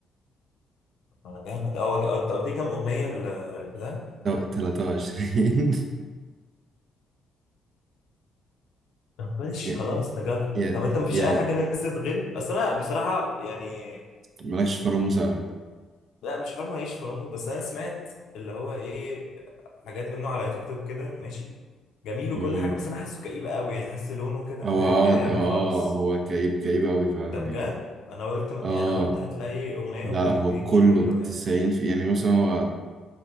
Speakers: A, on the left; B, on the right.
A: انا جامد اه وج- آه، انت قلت لي كام اغنيه ال- البتاع
B: 23
A: طب
B: <laughs>
A: ماشي
B: يا-
A: خلاص نجرب
B: يا-
A: طب انت مفيش
B: يعني
A: اي حاجه نزلت غيره اصل انا بصراحه يعني
B: مالكش في راموس أوي
A: لا مش حرام اعيش في الأمر بس انا سمعت اللي هو ايه حاجات منه على تيك توك كده ماشي جميل وكل
B: امم
A: حاجه بس انا حاسه كئيب قوي يعني حاسس لونه كده
B: هو
A: في
B: اه
A: كآبه
B: اه
A: خالص
B: هو كئيب كئيب أوي فعلا
A: ده بجد
B: يعني
A: انا قلت انا
B: اه
A: قلت هتلاقي اغنيه
B: لا
A: اغنيتين
B: لا هو كله
A: مش كله يعني
B: 90 في يعني مثلا هو